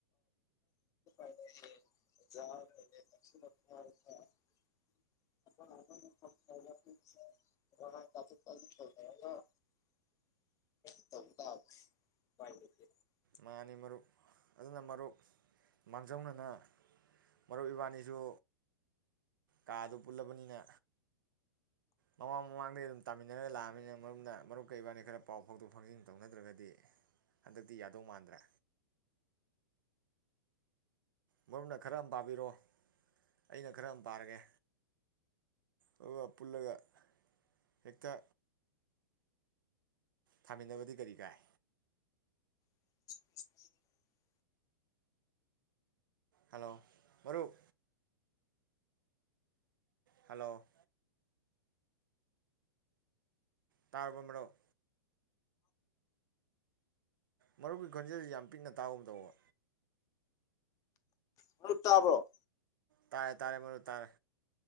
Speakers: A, on the left; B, on the right.
A: <unintelligible> <inaudible>
B: ꯃꯥꯅꯤ ꯃꯔꯨꯞ ꯑꯗꯨꯅ ꯃꯔꯨꯞ ꯃꯥꯡꯖꯧꯅꯅ ꯃꯔꯨꯞ ꯏꯕꯥꯟꯅꯤꯁꯨ ꯀꯥꯗꯨ ꯄꯨꯜꯂꯕꯅꯤꯅ ꯃꯃꯥꯡ ꯃꯃꯥꯡꯗꯩꯩ ꯑꯗꯨꯝ ꯇꯥꯃꯤꯟꯅꯔꯒ ꯂꯥꯛꯑꯕꯅꯤꯅ ꯃꯔꯨꯝꯅ ꯃꯔꯨꯞꯀ ꯏꯕꯥꯟꯅꯤ ꯈꯔ ꯄꯥꯎ ꯐꯥꯎꯗꯣꯛ ꯐꯥꯎꯖꯤꯟ ꯇꯧꯅꯗ꯭ꯔꯒꯗꯤ ꯍꯟꯗꯛꯇꯤ ꯌꯥꯗꯧ ꯃꯥꯟꯗ꯭ꯔꯦ ꯃꯔꯨꯞꯅ ꯈꯔ ꯑꯝ ꯄꯥꯕꯤꯔꯣ ꯑꯩꯅ ꯈꯔ ꯑꯃ ꯄꯥꯔꯒꯦ ꯑꯗꯨꯒ ꯄꯨꯜꯂꯒ ꯍꯦꯛꯇ ꯊꯥꯃꯤꯟꯅꯕꯗꯤ ꯀꯔꯤ ꯀꯥꯏ
A: <inaudible>
B: ꯍꯜꯂꯣ ꯃꯔꯨꯞ ꯍꯜꯂꯣ ꯇꯥꯔꯕꯣ ꯃꯔꯨꯞ ꯃꯔꯨꯞꯀꯤ ꯈꯣꯟꯖꯦꯜꯖꯦ ꯌꯥꯝ ꯄꯤꯛꯅ ꯇꯥꯕꯒꯨꯝ ꯇꯧꯕ
A: ꯍꯜꯂꯣ ꯇꯥꯕ꯭ꯔꯣ
B: ꯇꯥꯔꯦ ꯇꯥꯔꯦ ꯃꯔꯨꯞ ꯇꯥꯔꯦ